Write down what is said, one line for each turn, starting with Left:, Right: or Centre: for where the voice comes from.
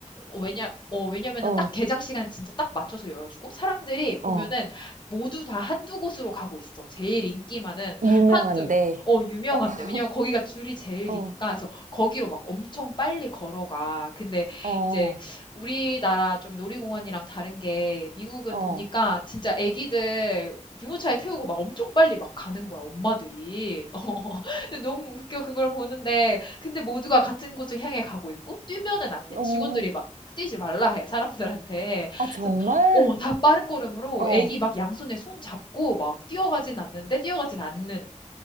Left: 어, 왜냐, 어, 왜냐면은
Right: 어,
Left: 딱 개장 시간 진짜 딱 맞춰서 열어주고 사람들이 보면은
Right: 어.
Left: 모두 다 한두 곳으로 가고 있어. 제일 인기 많은
Right: 유명한데.
Left: 한두, 어, 유명한데.
Right: 어, <laughs>
Left: 왜냐면 거기가 줄이 제일 기니까.
Right: 어,
Left: 그래서 거기로 막 엄청 빨리 걸어가. 근데
Right: 어,
Left: 이제 우리나라 좀 놀이공원이랑 다른 게 미국은
Right: 어,
Left: 보니까 진짜 애기들 유모차에 태우고 막 엄청 빨리 막 가는 거야, 엄마들이. <laughs> 근데 너무 웃겨, 그걸 보는데. 근데 모두가 같은 곳을 향해 가고 있고, 뛰면은 안 돼.
Right: 어.
Left: 직원들이 막 뛰지 말라 해, 사람들한테.
Right: 아, 정말?
Left: 그래서 어, 다 빠른 걸음으로
Right: 어.
Left: 애기 막 양손에 손 잡고 막 뛰어가진 않는데 뛰어가진 않는.